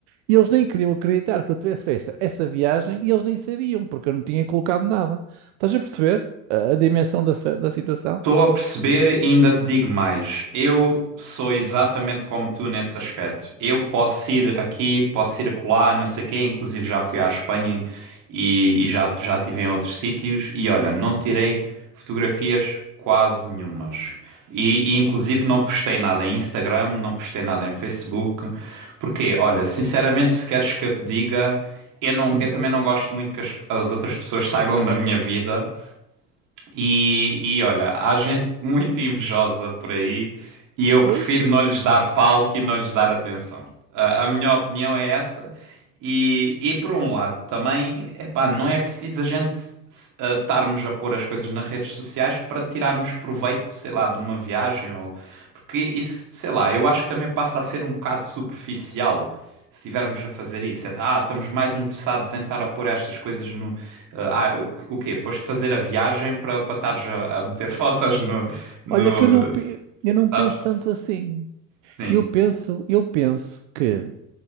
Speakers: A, on the right; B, on the right.
A: e eles nem queriam acreditar que eu tivesse feito essa viagem e eles nem sabiam porque eu não tinha colocado nada. Estás a perceber a, a dimensão da, se- da situação?
B: Estou a perceber e ainda te digo mais. Eu sou exatamente como tu nesse aspecto. Eu posso ir aqui, posso ir acolá, não sei o quê. Inclusive já fui à Espanha e, e já, já estive em outros sítios. E olha, não tirei fotografias quase nenhumas. E, e inclusive não postei nada em Instagram, não postei nada em Facebook. Porque, olha, sinceramente, se queres que eu te diga, eu não,
A: Sim.
B: eu também não gosto muito que as as outras pessoas <laughs> saibam da minha vida. E, e olha, há gente <laughs> muito invejosa por aí e eu prefiro
A: Pois.
B: não lhes dar palco e não lhes dar atenção. A, a minha opinião é essa. E, e por um lado, também, epá, não é preciso a gente se- a estarmos a pôr as coisas nas redes sociais para tirarmos proveito, sei lá, de uma viagem ou. Porque isso, sei lá, eu acho que também passa a ser um bocado superficial se estivermos a fazer isso, é, ah, estamos mais interessados em estar a pôr estas coisas no. ah, ah, o, o quê? Foste fazer a viagem para para estares a, a meter <laughs> fotos no, no.
A: Olha que eu não, pe- eu não penso
B: Sabes?
A: tanto assim.
B: Sim.
A: Eu penso, eu penso que